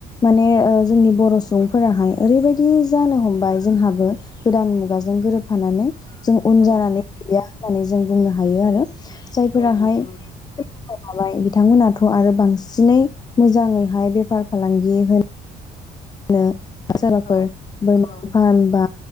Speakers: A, on the left; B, on the left.
A: माने जोंनि बर सुबुंफोराहाय ओरैबायदि जानो हमबाय जोंहाबो गोदान मुगाजों गोरोबफानानै जों उन
B: औ
A: जानानै गैलिया <unintelligible> जों बुंनो हायो आरो। जायफोराहाय
B: औ नंगौ नोंथां
A: <unintelligible> हाबाय बिथांमोना थ' आरो बांसिनै मोजाङैहाय बेफार फालांगि होनो नो सोरबाफोर
B: औ
A: बोरमा
B: औ
A: फार्म बा